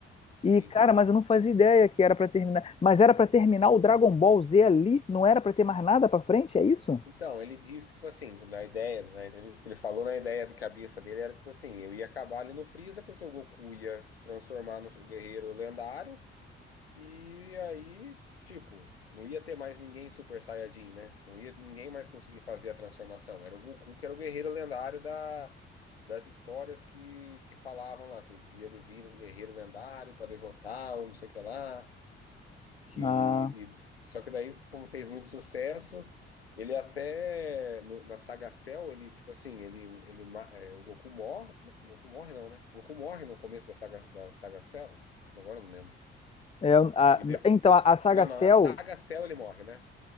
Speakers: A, on the left; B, on the left.
A: sim.
B: E, cara, mas eu não fazia ideia que era pra terminar. Mas era pra terminar o Dragon Ball Z ali? Não era pra ter mais nada pra frente? É isso?
A: Então, ele diz que, tipo assim, na ideia, na entrevista que ele falou, na ideia de cabeça dele era, tipo assim, eu ia acabar ali no Freeza porque o Goku ia se transformar no guerreiro lendário e aí, tipo, não ia ter mais ninguém Super Saiyajin, né? Não ia ninguém mais conseguir fazer a transformação. Era o Goku que era o guerreiro lendário da, das histórias que, que falavam lá, que ia vir um guerreiro lendário para derrotar ou não sei o que lá que
B: Ah,
A: e- só que daí como fez muito sucesso ele até no- na saga Cell ele tipo assim ele ele ma- é, o Goku morre o Goku morre não né o Goku morre no começo da saga da saga Cell agora eu não lembro
B: é, ah,
A: e de,
B: então, a, a saga
A: não
B: Cell.
A: não na saga Cell ele morre né